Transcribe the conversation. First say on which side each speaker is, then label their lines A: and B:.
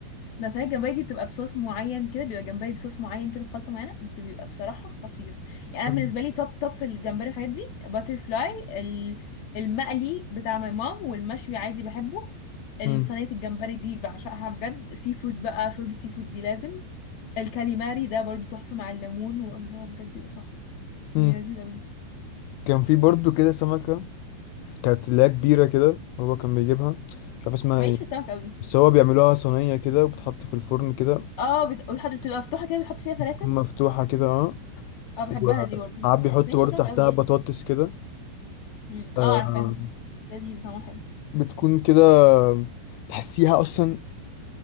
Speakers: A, on the left; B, on the left.
A: بس صينيه الجمبري دي بتبقى بصوص معين كده بيبقى جمبري بصوص معين كده بخلطه معينه بس بيبقى بصراحه خطير يعني
B: مم.
A: انا بالنسبه لي توب توب في الجمبري والحاجات دي باتر فلاي ال- المقلي بتاع ماي مام والمشوي عادي بحبه الصينيه
B: مم.
A: الجمبري دي بعشقها بجد سي فود بقى شوربه سي فود دي لازم الكاليماري ده برضو تحفه مع الليمون والله بجد بيبقى تحفه
B: مم.
A: يعني لذيذ قوي
B: كان في برضو كده سمكة كانت اللي هي كبيرة كده هو كان بيجيبها مش عارف اسمها
A: ماليش
B: ايه
A: في السمك قوي
B: بس هو بيعملوها صينية كده وبتحط في الفرن كده
A: اه بت... بتحط بتبقى مفتوحة كده بتحط فيها فلافل
B: بتكون مفتوحة كده اه
A: اه بحبها
B: وساعات
A: دي برضه
B: بيحط
A: بس ماليش
B: برضه
A: في السمك
B: تحتها
A: قوي يعني
B: بطاطس كده
A: مم.
B: آه
A: اه عارفاها لذيذ طعمها حلو
B: بتكون كده تحسيها أصلا